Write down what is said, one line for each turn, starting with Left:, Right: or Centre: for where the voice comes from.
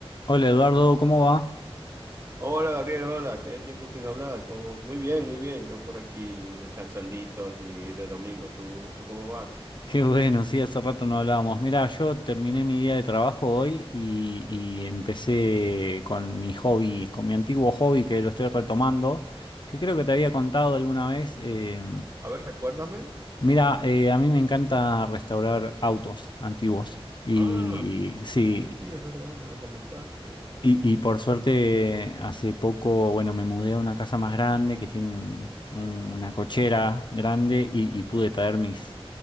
Left: Hola Eduardo, ¿cómo va?
Right: Hola Gabriel, hola, qué tiempo sin hablar. ¿Cómo- Muy bien, muy bien. Yo por aquí descansandito aquí de domingo. ¿Tú, tú cómo vas?
Left: Qué bueno, sí, hace rato no hablábamos. Mira, yo terminé mi día de trabajo hoy y, y empecé con mi hobby, con mi antiguo hobby que lo estoy retomando, que creo que te había contado alguna vez. Eh,
Right: A ver, recuérdame.
Left: mira, eh, a mí me encanta restaurar autos antiguos. Y
Right: Ah,
Left: sí,
Right: sí, sí, es verdad, me lo comentaste.
Left: Y, y por suerte, hace poco, bueno, me mudé a una casa más grande que tiene un- un- una cochera grande y, y pude traer mis,